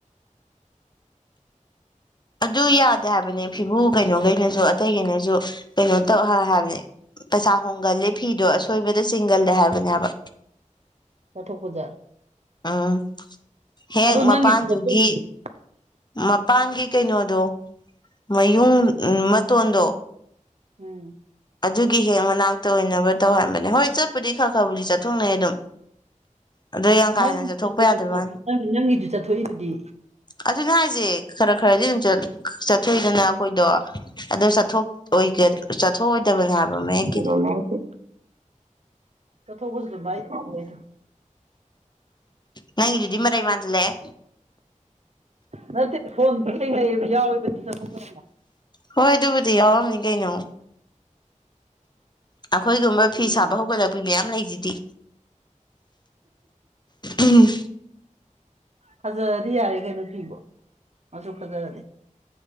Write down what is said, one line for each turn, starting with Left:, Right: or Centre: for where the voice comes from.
Left: ꯑꯗꯨ ꯌꯥꯗꯦ ꯍꯥꯏꯕꯅꯦ ꯐꯤꯕꯨ ꯀꯩꯅꯣꯈꯩꯅꯁꯨ ꯑꯇꯩꯈꯩꯅꯁꯨ ꯀꯩꯅꯣ ꯇꯧ ꯍꯥꯏꯕꯅꯦ ꯄꯩꯁꯥ ꯍꯣꯡꯒꯟꯂꯦ ꯐꯤꯗꯣ ꯑꯁꯣꯏꯕꯗ ꯆꯤꯡꯒꯜꯂꯦ ꯍꯥꯏꯕꯅꯦꯕ
Right: ꯆꯠꯊꯣꯛꯄꯗ
Left: ꯎꯝ ꯍꯦꯛ
Right: ꯑꯗꯣ ꯅꯪꯒꯤꯁꯨ
Left: ꯃꯄꯥꯟꯗꯨꯒꯤ
Right: ꯆꯠꯊꯣꯛꯏꯗꯨꯗꯤ
Left: ꯃꯄꯥꯟꯒꯤ ꯀꯩꯅꯣꯗꯣ ꯃꯌꯨꯡ ꯃꯇꯣꯟꯗꯣ
Right: ꯎꯝ
Left: ꯑꯗꯨꯒꯤ ꯍꯦꯛ ꯃꯅꯥꯛꯇ ꯑꯣꯏꯅꯕ ꯇꯧ ꯍꯥꯏꯕꯅꯦ ꯍꯣꯏ ꯆꯠꯄꯨꯗꯤ ꯈꯔ ꯈꯔꯕꯨꯗꯤ ꯆꯠꯊꯣꯛꯅꯩ ꯑꯗꯨꯝ ꯑꯗꯣ ꯌꯥꯝ ꯀꯥ
Right: ꯅꯪꯒꯤꯗꯨ
Left: ꯍꯦꯟꯅ ꯆꯠꯊꯣꯛꯄ ꯌꯥꯗꯕ
Right: ꯆꯠꯊꯣꯛꯕ
Left: ꯋꯥꯅꯤ
Right: ꯅꯪꯒꯤꯗꯨ ꯆꯠꯊꯣꯛꯏꯗꯨꯗꯤ
Left: ꯑꯗꯨꯅꯦ ꯍꯥꯏꯖꯦ ꯈꯔ ꯈꯔꯗꯤ ꯑꯗꯨꯝ ꯆꯠꯊꯣꯛꯏꯗꯅ ꯑꯩꯈꯣꯏꯗꯣ ꯑꯗꯨ ꯆꯠꯊꯣꯛ <unintelligible>
Right: <unintelligible>
Left: ꯍꯥꯏꯕ ꯃꯌꯦꯛꯀꯤꯗꯤ
Right: ꯆꯠꯊꯣꯛꯄꯁꯨꯗꯨꯝ <unintelligible>
Left: ꯅꯪꯒꯤꯗꯨꯗꯤ ꯃꯔꯩ ꯃꯥꯥꯟꯖꯤꯟꯂꯛꯑꯦ
Right: ꯅꯠꯇꯦ ꯐꯣꯟꯗꯤꯅ ꯌꯥꯎꯋꯦꯕ <unintelligible>
Left: ꯍꯣꯏ ꯑꯗꯨꯕꯨꯗꯤ ꯌꯥꯎꯔꯝꯅꯤ ꯀꯩꯅꯣ ꯑꯩꯈꯣꯏꯒꯨꯝꯕ
Right: ꯑꯩ ꯁꯨꯝ
Left: ꯐꯤ
Right: ꯌꯦꯡꯉꯤ
Left: ꯁꯥꯕ ꯍꯧꯒꯠꯂꯛꯄ ꯄꯤ ꯃꯌꯥꯝ ꯂꯩꯖꯤꯗꯤ ꯎꯝ
Right: ꯐꯖꯔꯗꯤ ꯌꯥꯔꯦ ꯀꯩꯅꯣ ꯐꯤꯕꯣ ꯃꯆꯨ ꯐꯖꯔꯗꯤ